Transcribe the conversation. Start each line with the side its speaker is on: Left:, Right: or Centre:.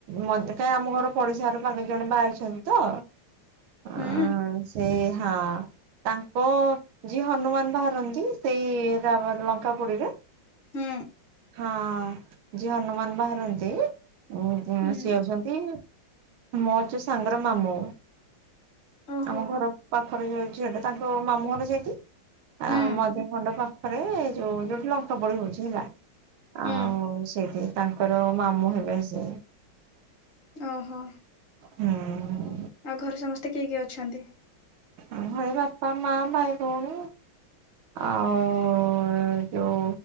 Right: ମଧ୍ କାଇଁ ଆମ ଘର ପଡିଶା ଘର ପାଖରେ ଜଣେ ବାହା ହେଇଛନ୍ତି ତ। ଆଁ
Left: ହୁଁ
Right: ସେ ହା ତାଙ୍କ୍ କ ଯିଏ ହନୁମାନ ବାହାରନ୍ତି ସେଇ ର ର ଲଙ୍କା ପୋଡିରେ
Left: ହୁଁ।
Right: ହଁ ଯିଏ ହନୁମାନ ବାହାରନ୍ତି ଉଁ ଉଁ
Left: ହୁଁ
Right: ସିଏ ହଉଛନ୍ତି ମର ଯେ ସାଙ୍ଗର ମାମୁଁ
Left: ଓହୋ
Right: ଆମ ଘର ପାଖରେ ଯୋଉ ଝିଅଟେ ତାଙ୍କ ମାମୁଁ ଘର ସେଇଠି। ଆ
Left: ହୁଁ
Right: ମଝି ଖଣ୍ଡ ପାଖରେ ଯୋଉ ଯୋଉଠି ଲଙ୍କାପୋଡି ହଉଛି ହେଲା।
Left: ହୁଁ
Right: ଆଉ ସେଇଠି ତାଙ୍କର ମାମୁଁ ହେବେ ସେ।
Left: ଅ ହ।
Right: ହୁଁ।
Left: ଆଉ ଘରେ ସମସ୍ତେ କିଏ କିଏ ଅଛନ୍ତି?
Right: ଆଁ ଘରେ ବାପା ମା ଭାଇ ଭଉଣୀ। ଆଉ ଯୋଉ